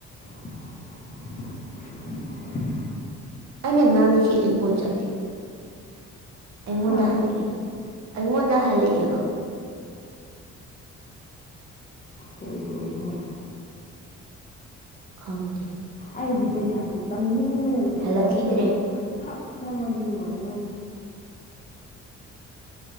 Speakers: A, on the left; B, on the right.
A: <inaudible>
B: ꯑꯩꯅꯥ ꯉꯥꯡ ꯉꯥꯡꯉꯤꯁꯤ ꯑꯦꯀꯣ ꯆꯠꯂꯦ ꯑꯩꯉꯣꯟꯗ
A: ꯍꯥ
B: ꯍꯜꯂꯛꯑꯦ ꯑꯩꯉꯣꯟꯗ ꯍꯜꯂꯛꯑꯦꯕ
A: ꯀꯔꯤꯒꯤ ꯑꯣꯏꯖꯅꯣ
B: ꯈꯪꯗꯦ
A: ꯑꯩꯗꯤ ꯄꯩꯁꯥꯥꯁꯦ ꯆꯪꯅꯤꯡ__ ꯂꯣꯏ
B: ꯍꯜꯂꯛꯈꯤꯗ꯭ꯔꯦ
A: ꯇꯧꯕ ꯂꯣꯏꯕꯒ ꯊꯥꯛ ꯊꯥꯛ ꯆꯪꯉꯥꯗꯤ ꯅꯨꯡꯉꯏꯗꯧꯅꯦ